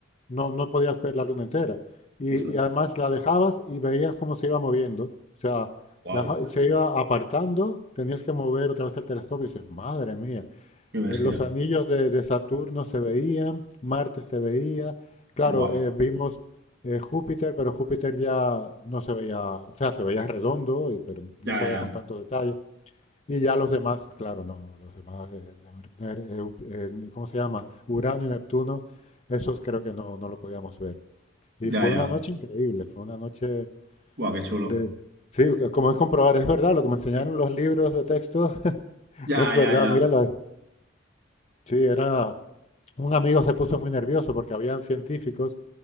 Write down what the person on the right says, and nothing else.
Ostras.
Wow.
Qué bestia.
Buah,
qué chulo.
Ya,
ya.
Ya,
ya.
Buah, qué chulo.
Ya,
ya, ya.